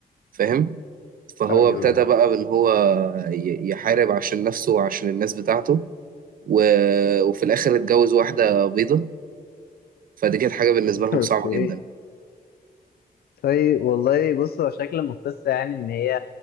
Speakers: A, on the right; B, on the left.
A: فاهم فهو
B: ايوه
A: ابتدى بقى ان هو ي- يحارب عشان نفسه وعشان الناس بتاعته و... وفي الاخر اتجوز واحده بيضه فدي كانت حاجه بالنسبه
B: <laughs>
A: لهم
B: اوكي
A: صعبه جدا
B: طيب والله بص هو شكل من القصه يعني ان هي